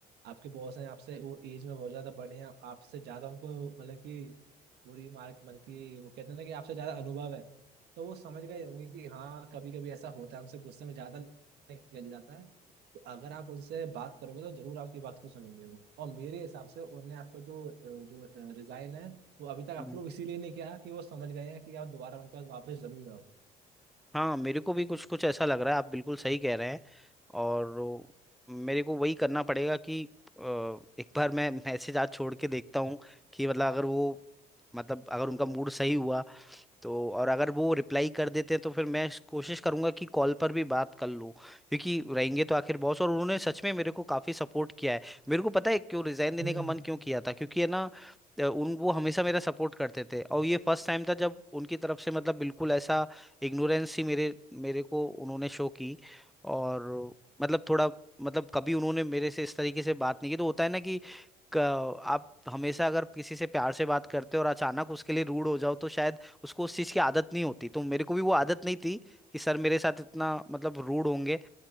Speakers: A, on the right (about 75°); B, in the centre.
A: आपके बॉस हैं आपसे वो एज में बहुत ज्यादा बड़े हैं आपसे ज्यादा उनको मतलब कि बुरी मार्क मतलब कि वो कहते हैं ना कि आपसे ज्यादा अनुभव है तो वो समझ गए होंगे कि हाँ कभी कभी ऐसा होता है हमसे गुस्से में ज्यादा निकल जाता है तो अगर आप उनसे बात करोगे तो जरूर आपकी बात को सुनेंगे वो और मेरे हिसाब से उन्होंने आपको जो अ, जो रिजाइन है वो अभी तक
B: हम्म।
A: अप्रूव इसीलिए नहीं किया कि वो समझ गए हैं कि आप दोबारा उनके पास वापस जरूर आओगे
B: हाँ मेरे को भी कुछ कुछ ऐसा लग रहा है आप बिल्कुल सही कह रहे हैं और वो- मेरे को वही करना पड़ेगा कि अ, एक बार मैं <laughs> मैसेज आज छोड़ के देखता हूँ कि मतलब अगर वो मतलब अगर उनका मूड सही हुआ तो और अगर वो रिप्लाई कर देते हैं तो फिर मैं श- कोशिश करूंगा कि कॉल पर भी बात कर लूं क्योंकि रहेंगे तो आखिर बॉस और उन्होंने सच में मेरे को काफी सपोर्ट किया है मेरे को पता है क्यों रिजाइन देने
A: हम्म
B: का मन क्यों किया था क्योंकि है ना अ, उन वो हमेशा मेरा सपोर्ट करते थे और ये फर्स्ट टाइम था जब उनकी तरफ से मतलब बिल्कुल ऐसा इग्नोरेंस ही मेरे मेरे को उन्होंने शो की और मतलब थोड़ा मतलब कभी उन्होंने मेरे से इस तरीके से बात नहीं की तो होता है ना कि क- आप हमेशा अगर किसी से प्यार से बात करते हो और अचानक उसके लिए रूड हो जाओ तो शायद उसको उस चीज़ की आदत नहीं होती तो मेरे को भी वो आदत नहीं थी कि सर मेरे साथ इतना मतलब रूड होंगे